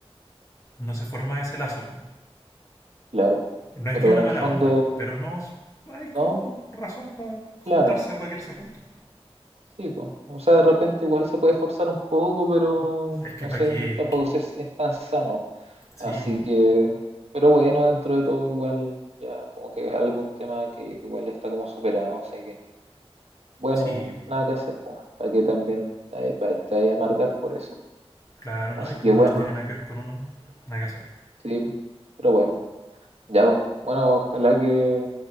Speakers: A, on the left (about 30°); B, on the right (about 75°).
A: no se forma ese lazo.
B: claro.
A: No es
B: Pero
A: que hay una
B: en el
A: mala
B: fondo,
A: onda, pero no s- hay como
B: no,
A: razón para juntarse
B: claro,
A: o para quedarse juntos.
B: sí, pues. O sea, de repente igual se puede forzar un poco, pero
A: Es que
B: no
A: para
B: sé,
A: qué,
B: tampoco sé si es tan sano.
A: sí,
B: Así
A: po,
B: que, pero bueno, dentro de todo igual ya como que es algún tema que igual ya está como superado, así que bueno,
A: sí,
B: nada que hacer, para que también te, pa- te vaya a amargar por eso.
A: Claro, ¿no?
B: Así
A: Y como
B: que bueno,
A: no tiene nada que ver con uno, nada que hacer.
B: sí, pero bueno, ya pues. Bueno, ojalá que